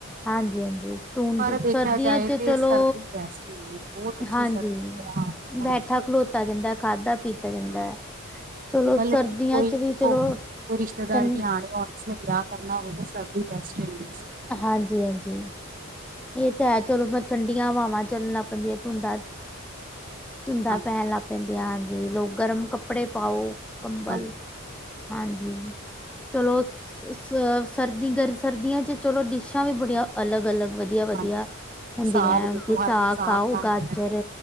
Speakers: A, in the centre; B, on the right.
A: ਹਾਂਜੀ ਹਾਂਜੀ ਧੁੰਦ
B: ਪਰ ਦੇਖਿਆ
A: ਸਰਦੀਆਂ
B: ਜਾਏ
A: ਚ
B: ਤੇ
A: ਚਲੋ
B: ਸਰਦੀ ਬੈਸਟ ਹਈ ਹੈ ਬਹੁਤ ਅੱਛੀ
A: ਹਾਂਜੀ
B: ਸਰਦੀ ਹੈ ਹਾਂ ਉਹ
A: ਬੈਠਾ ਖਲੋਤਾ ਜਾਂਦਾ ਹੈ ਖਾਧਾ ਪੀਤਾ ਜਾਂਦਾ ਹੈ ਚਲੋ
B: ਮਤਲਬ
A: ਸਰਦੀਆਂ
B: ਕੀ ਕੋਈ
A: ਚ ਵੀ
B: ਦੇਖੋ
A: ਚਲੋ
B: ਕੋਈ ਰਿਸ਼ਤੇਦਾਰ
A: ਠੰ
B: ਕੀ ਆਣੇ ਆਉਣ ਉਸਨੇ ਵਿਆਹ ਕਰਨਾ ਹੋਵੇ ਤਾਂ ਸਰਦੀ ਬੈਸਟ ਰੁੰਦੀ
A: ਹਾਂਜੀ ਹਾਂਜੀ ਇਹ ਤਾਂ ਹੈ ਚਲੋ ਮੈਂ ਠੰਡੀਆਂ ਹਵਾਵਾਂ ਚੱਲਣਾ ਪੈਂਦੀਆਂ ਧੂੰਦਾਂ ਧੁੰਦਾਂ
B: ਹਾਂਜੀ
A: ਪੈਣ ਲੱਗ ਪੈਂਦੀਆਂ ਹਾਂਜੀ ਲੋ ਗਰਮ ਕੱਪੜੇ ਪਾਓ ਕੰਬਲ
B: ਹਾਂਜੀ
A: ਹਾਂਜੀ ਚਲੋ ਅ ਸਰਦੀ ਗਰ ਸਰਦੀਆਂ ਚ ਚਲੋ ਡਿਸ਼ਾਂ ਵੀ ਬੜੀਆਂ ਅਲੱਗ ਅਲੱਗ ਵਧੀਆ ਵਧੀਆ ਵਧੀਆ
B: ਹਾਂਜੀ
A: ਹੁੰਦੀਆਂ
B: ਸਾਗ
A: ਹੈ
B: ਦੇਖੋ
A: ਵੀ
B: ਹਰ
A: ਸਾਗ
B: ਕੋਈ
A: ਖਾਓ
B: ਖਾਂਦਾ
A: ਗਾਜਰ
B: ਹੈ,